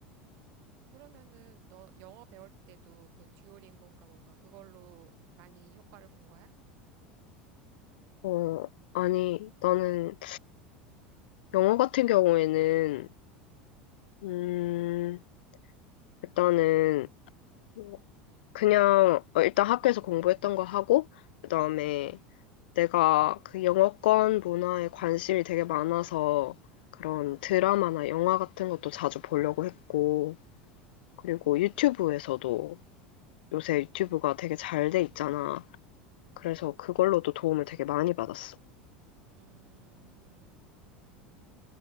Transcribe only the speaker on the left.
어 아니 나는 영어 같은 경우에는 음 일단은 어, 그냥 어, 일단 학교에서 공부했던 거 하고 그다음에 내가 그 영어권 문화에 관심이 되게 많아서 그런 드라마나 영화 같은 것도 자주 보려고 했고 그리고 유튜브에서도 요새 유튜브가 되게 잘 돼 있잖아. 그래서 그걸로도 도움을 되게 많이 받았어.